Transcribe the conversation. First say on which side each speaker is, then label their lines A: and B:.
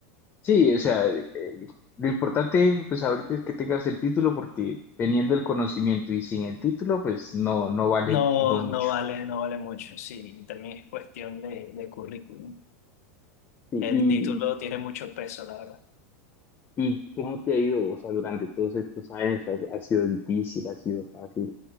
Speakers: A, on the left; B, on the left.
A: Sí, o sea, eh, eh, lo importante pues ahorita es que tengas el título porque teniendo el conocimiento y sin el título pues no, no vale
B: No,
A: uno mucho.
B: no vale, no vale mucho. Sí, y también es cuestión de, de currículum.
A: Sí,
B: El
A: Y,
B: título tiene mucho peso, la verdad.
A: ¿Y cómo te ha ido? O sea, durante todos estos años, ¿has- ¿ha, sido difícil? ¿Ha sido fácil?